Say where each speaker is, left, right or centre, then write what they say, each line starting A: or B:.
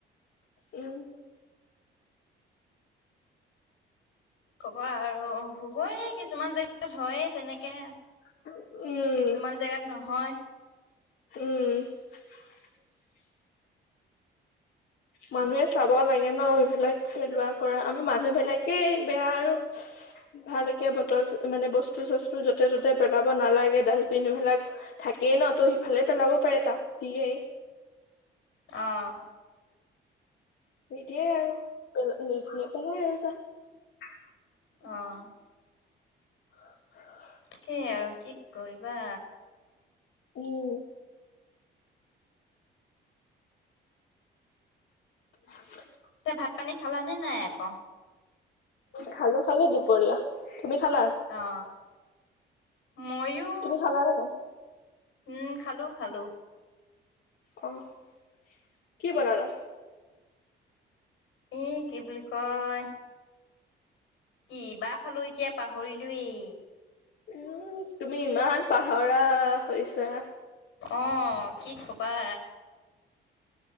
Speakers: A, on the left; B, on the left.
A: উম,
B: ক'বা আৰু হ'বই কিছুমান জেগাত হয় তেনেকে।
A: উম-উম।
B: কিছুমান জেগাত নহয়
A: মানুহে চাব লাগে ন সবিলাক খেলুৱা কৰা আমি মানুহ বিলাকেই বেয়া আৰু ভালকে বটল মানে বস্তু চস্তু যতে ত'তে পেলাব নালাগে ডালপিন এইবিলাক থাকেই ন ত ভালে পেলাব পাৰে তাত দিয়েই।
B: অহ',
A: এতিয়াই আৰু পেল নেপেলাই আৰু যাহ।
B: অহ ',
A: <unintelligible>
B: তাকেই আৰু কি কৰিবা।
A: উম, <inaudible>
B: পিছে ভাত পানী খালা নে নাই আকৌ?
A: খালো- খালো দুপৰীয়া। তুমি খালা?
B: অ ময়ো
A: তুমি খালা লে নাই?
B: উম, খালো - খালো।
A: অহ ', কি বনালা?
B: উম, কি বুলি কয় কি বা খালো এতিয়া পাহৰিলোয়েই।
A: উম, তুমি ইমান পাহৰা হৈছা।
B: অহ ', কি কবা।